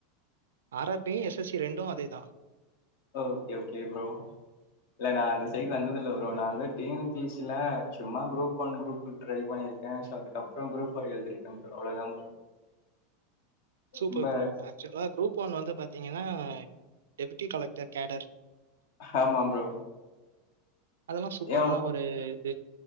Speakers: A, on the right (about 75°); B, on the left (about 60°).
A: ஆறார் B S S C ரெண்டு அதேதா
B: ஓகே ஓகே ப்ரோ இல்ல நா அந்த சைட் வந்ததில்ல ப்ரோ நா வந்து டீன் என் பீ ஸில சும்மா குரூப் ஒன் குரூப் ட்ரை பண்ணியிருக்கே சோ அதுக்கப்புறோ குரூப் ஃபோர் எழுதிருக்கே ப்ரோ அவ்ளோதா ப்ரோ
A: சூப்பர்
B: ரொம்ப
A: ப்ரோ ஆக்சுவலா குரூப் ஒன் வந்து பாத்தீங்கன்னா டெப்பூட்டி கலெக்டர் கேடர்
B: ஆமாம் ப்ரோ
A: அதெல்லாம் சூப்பரான
B: ஏ
A: ஒரு இது.